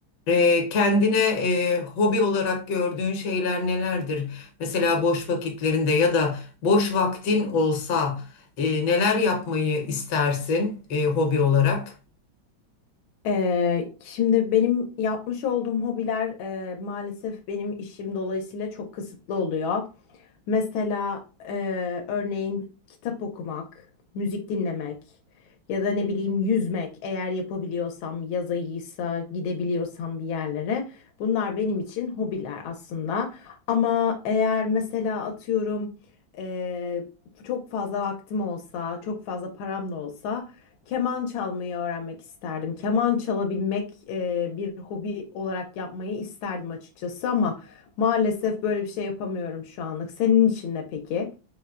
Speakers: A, on the left (about 70°); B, on the left (about 85°).
A: Eee, kendine eee, hobi olarak gördüğün şeyler nelerdir? Mesela boş vakitlerinde ya da boş vaktin olsa eee, neler yapmayı istersin eee, hobi olarak?
B: Ee, şimdi benim yapmış olduğum hobiler e, maalesef benim işim dolayısıyla çok kısıtlı oluyor. Mesela e, örneğin kitap okumak, müzik dinlemek ya da ne bileyim yüzmek eğer yapabiliyorsam, yaz ayıysa gidebiliyorsam bir yerlere. Bunlar benim için hobiler aslında. Ama eğer mesela atıyorum e, çok fazla vaktim olsa, çok fazla param da olsa Keman çalmayı öğrenmek isterdim. Keman çalabilmek e, bir hobi olarak yapmayı isterdim açıkçası ama maalesef böyle bir şey yapamıyorum şu anlık. Senin için ne peki?